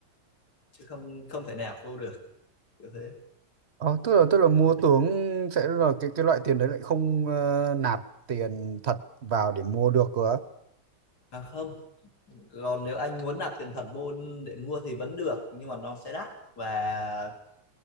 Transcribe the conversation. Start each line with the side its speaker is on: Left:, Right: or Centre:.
Left: chứ không không thể nạp vô được như thế
Right: Ờ, tức là tức là mua tướng sẽ là cái cái loại tiền đấy lại không ờ, nạp tiền thật vào để mua được cơ. á.
Left: à không còn nếu anh muốn nạp tiền thật vô để mua thì vẫn được nhưng mà nó sẽ đắt và